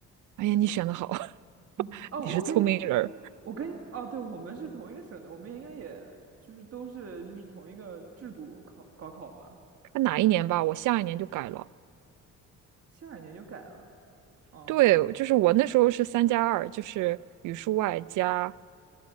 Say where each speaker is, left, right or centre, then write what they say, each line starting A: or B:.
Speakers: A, on the right; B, on the right.
A: 哎呀，你选的好，
B: 啊。
A: <laughs>
B: 嗯哦，
A: 你是聪明人儿。
B: 我跟我跟哦，对，我们是同一个省的，我们应该也就是都是就是同一个制度考高考吧？
A: 看哪一年吧，我下一年就改了。
B: 下一年就改了。哦、
A: 对，就是我那时候是三加二，就是语数外加